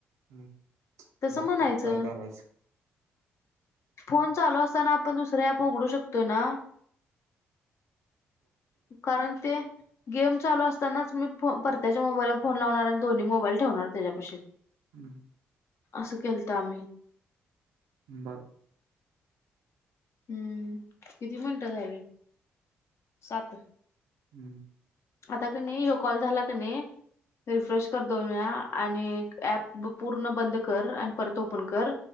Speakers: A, on the right; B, on the left.
A: हम्
B: तसं
A: बघतो
B: म्हणायचं
A: काय काय राहायचं
B: फोन चालू असताना आपण दुसऱ्या उघडू शकतो ना कारण ते गेम चालू असतानाच मी परत्याच्या मोबाईलवर फोन लावणार आणि दोन्ही मोबाईल ठेवणार त्याच्यापशी
A: हम्म
B: अस केलत आम्ही
A: ब
B: हम्म, किती मिनटं झाली? सात.
A: हम्म.
B: आता का नाही ह्यो कॉल झाला का नाही रिफ्रेश कर दो वेळा. आणि ऍप पूर्ण बंद कर आणि परत ओपन कर.